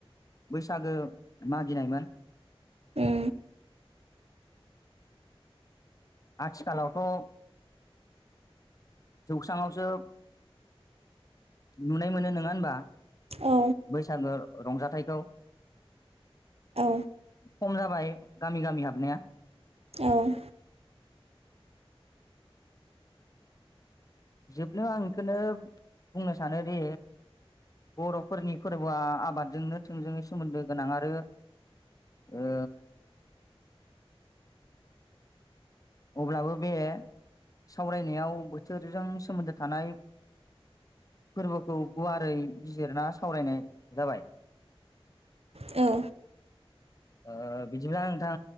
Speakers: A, on the left; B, on the right.
A: बैसागो मागिनायमोन
B: ए
A: आथिखालावथ' जौस्राङावसो नुनाय मोनो नोङा होनबा
B: औ
A: बैसागो रंजाथाइखौ
B: औ
A: खम जाबाय गामि गामि हाबनाया
B: औ
A: जोबनो आं इखोनो बुंनो सानोदि बर'फोरनि फोरबोआ आबादजोंनो थोंजोङै सोमोन्दो गोनां आरो ओ अब्लाबो बे सावरायनायाव बोथोरजों सोमोन्दो थानाय फोरबोखौ गुवारै बिजिरना सावरायनाय जाबाय
B: औ
A: ओ बिदिब्ला नोंथां